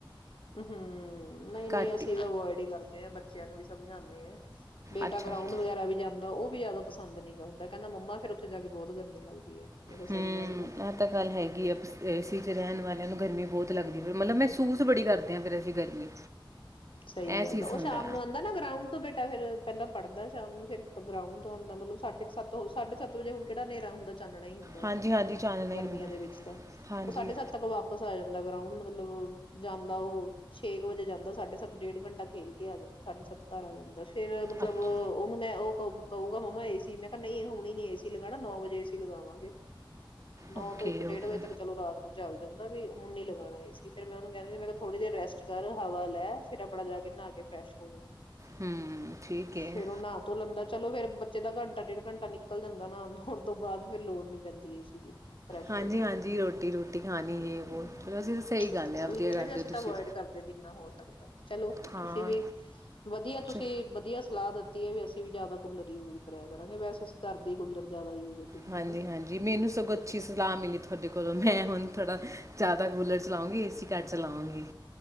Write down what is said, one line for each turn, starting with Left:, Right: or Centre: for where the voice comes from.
Left: ਹਮ ਹਮ ਨਹੀਂ ਨਹੀਂ
Right: ਘੱਟ
Left: ਅਸੀਂ
Right: ਹੀ
Left: ਤਾਂ ਅਵੋਇਡ ਹੀ ਕਰਦੇ ਹ ਬੱਚਿਆਂ ਨੂੰ ਵੀ ਸਮਝਾਉਂਦੇ ਆ ਬੇਟਾ
Right: ਅੱਛਾ
Left: ਗਰਾਉਂਡ
Right: ਅੱਛਾ
Left: ਵਗੈਰਾ ਵੀ ਜਾਂਦਾ ਉਹ ਵੀ ਜਿਆਦਾ ਪਸੰਦ ਨੀ ਕਰਦਾ ਕਹਿੰਦਾ ਮੰਮਾ ਫੇਰ ਉੱਥੇ ਜਾ ਕੇ ਬਹੁਤ ਗਰਮੀ ਲੱਗਦੀ ਹੈ ਮੈਂ ਕਿਹਾ
Right: ਹਮ
Left: ਸਹੀ ਗੱਲ
Right: ਆ ਤਾਂ ਗੱਲ ਹੈਗੀ ਆ ਏਸੀ ਚ ਰਹਿਣ ਵਾਲਿਆਂ ਨੂੰ ਗਰਮੀ ਬਹੁਤ
Left: ਹੂੰ।
Right: ਲੱਗਦੀ ਮਤਲਬ ਮਹਿਸੂਸ ਬੜੀ ਕਰ ੱਧ ਹ ਫੇਿਰ ਅਸੀਂ ਗਰਮੀ
Left: ਸਹੀ
Right: ਇਹ
Left: ਗੱਲ
Right: ਚੀਜ਼
Left: ਆ ਉਹ
Right: ਹੁੰਦਾ
Left: ਸ਼ਾਮ ਨੂੰ ਆਉਂਦਾ ਨਾ ਗਰਾਂਉਂਦਤੋਂ ਬੇਟਾ ਫਿਰ ਪਹਿਲਾਂ ਪੜ੍ਹਦਾ ਸ਼ਾਮ ਨੂੰ ਫਿਰ ਗਰਾਊਂਡ ਤੋਂ ਆਉਂਦਾ ਮਤਲਬ ਸਾਢੇ ਸੱਤ ਹੋ ਸਾਢੇ ਸੱਤ ਵਜੇ ਹੁਣ ਕਿਹੜਾ ਹਨੇਰਾ ਹੁੰਦਾ ਚਾਨਣਾ ਹੀ ਹੁੰਦਾ
Right: ਹਾਂਜੀ-ਹਾਂਜੀ
Left: ਹਨਾ
Right: ਚਾਨਣਾ
Left: ਗਰਮੀਆਂ
Right: ਹੀ ਹੁੰਦਾ।
Left: ਦੇ ਵਿੱਚ ਤਾਂ
Right: ਹਾਂਜੀ
Left: ਉਹ ਸਾਢੇ ਸੱਤ ਤੱਕ ਵਾਪਿਸ ਆ ਜਾਂਦਾ ਜਾਂਦਾ ਗਰਾਉਂਡ ਮਤਲਬ ਜਾਂਦਾ ਉਹ ਛੇ ਕੁ ਵਜੇ ਜਾਂਦਾ ਸਾਢੇ ਸੱਤ ਡੇਢ ਘੰਟਾ ਖੇਲ ਕੇ ਆ ਜਾਂਦਾ ਸਾਢੇ ਸੱਤ ਘਰ ਆ ਜਾਂਦਾ ਫੇਿਰ ਮਤਲਬ
Right: ਅੱਛ
Left: ਉਹਨੂੰ ਮੈਂ ਉਹ ਕਹੂਗਾ ਮੰਮਾ ਏਸੀ ਮੈਂ ਕਿਹਾ ਨਹੀਂ ਹੁਣ ਹੀ ਨੀ ਏਸੀ ਲਗਾਉਣਾ ਨੌ ਵਜੇ ਏਸੀ ਲਗਾਵਾਂਗੇ ਨੌ
Right: ਓਕੇ-ਓਕੇ
Left: ਤੋਂ ਇੱਕ ਡੇਢ ਵਜੇ ਤੱਕ ਚਲੋ ਰਾਤ ਨੂੰ ਚੱਲ ਜਾਂਦਾ ਵੀ ਹੁਣ ਨ ਲਗਾਣਾ ਸੀ ਫਿਰ ਮੈਂ ਉਹਨੂੰ ਕਹਿੰਦੀ ਸੀ ਮੈਂ ਕਿਹਾ ਥੋੜੀ ਦੇਰ ਰੈਸਟ ਕਰ ਹਵਾ ਲੈ ਫਿਰ ਆਪਣਾ ਜਾ ਕੇ ਨਹਾ ਫਰੈਸ਼ ਹੋ ਜਾ
Right: ਹੂੰ ਠੀਕ ਹੈ।
Left: ਫੇਰ ਉਹ ਨ ਧੋ ਲੈਂਦਾ ਚਲੋ ਫੇਰ ਬੱਚੇ ਦਾ ਘੰਟਾ ਡੇਢ ਘੰਟਾ ਨਿਕਲ ਜਾਂਦਾ ਨਾਨ ਧੋਣ ਤੋਂ ਬਾਅਦ ਫਿਰ ਲੋੜ ਨੀ ਪੈਂਦੀ ਏ ਸੀ ਦੀ ਫਰੈਸ਼
Right: ਹਾਂਜੀ-ਹਾਂਜੀ
Left: ਹੋ ਜਾਂਦਾ
Right: ਰੋਟੀ-ਰੋਟੀ ਖਾਣੀ
Left: ਹਮ
Right: ਯੇ ਵੋ ਚਲੋ ਅਸੀਂ ਤਾਂ ਸਹੀ ਗੱਲ
Left: ਉਹੀ
Right: ਵਧੀਆ
Left: ਹੈ
Right: ਕਰਦੇ
Left: ਨਾ ਵੀ ਅਸੀਂ
Right: ਹੋ ਤੁਸੀਂ।
Left: ਤਾਂ ਅਵੋਇਡ ਕਰਦੇ ਜਿੰਨਾ ਹੋਰ ਚਲੋ
Right: ਹਾਂ
Left: ਤੁਸੀਂ ਵੀ ਵਧੀਆ ਤੁਸੀਂ
Right: ਚ
Left: ਵਧੀਆ ਸਲਾਹ ਦਿੱਤੀ ਹੈ ਵੀ ਅਸੀਂ ਵੀ ਜ਼ਿਆਦਾ ਕੂਲਰ ਹੀ ਯੂਜ ਕਰਿਆ ਕਰਾਂਗੇ ਵੈਸੇ ਅਸੀਂ ਕਰ ਦੇ ਜਿਆਦਾ ਕੂਲਰ ਜ਼ਿਆਦਾ ਯੂਜ ਦਿਨ ਚ
Right: ਹਾਂਜੀ-ਹਾਂਜੀ,
Left: ਤਾਂ
Right: ਮੈਨੂੰ ਸਗੋਂ ਅੱਛੀ ਸਲਾਹ ਮਿਲੀ ਤੁਹਾਡੇ ਕੋਲੋਂ ਮੈਂ ਹੁਣ ਥੋੜਾ ਜ਼ਿਆਦਾ ਕੂਲਰ ਚਲਾਓਗੇ, ਏਸੀ ਘੱਟ ਚਲਾਓਗੇ।